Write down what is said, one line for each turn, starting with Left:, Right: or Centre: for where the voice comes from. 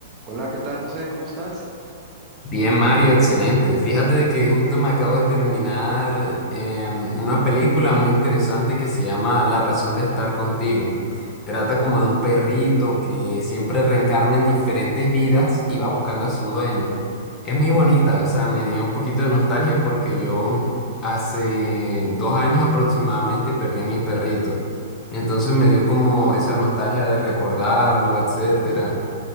Right: Hola, ¿qué tal, José? ¿Cómo estás?
Left: Bien, Mario, excelente. Fíjate de que justo me acabo de terminar em, una película muy interesante que se llama La razón de estar contigo. Trata como de un perrito que siempre reencarna en diferentes vidas y va buscando a su dueño. Es muy bonita, o sea, me dio un poquito de nostalgia porque yo hace dos años aproximadamente perdí a mi perrito. Entonces me dio como esa nostalgia de recordarlo, etcétera.